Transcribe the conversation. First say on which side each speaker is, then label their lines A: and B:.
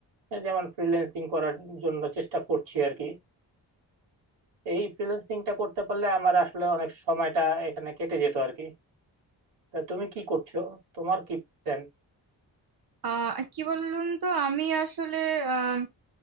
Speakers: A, on the right; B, on the right.
A: যেমন ফ্রিল্যান্সিং করার জন্য চেষ্টা করছি আর কি এই ফ্রিল্যান্সিংটা করতে পারলে আমার আসলে অনেক সময়টা এখানে কেটে যেত আর কি তা তুমি কি করছো তোমার কি প্ল্যান
B: আহ কি বলুন তো আমি আসলে আহ,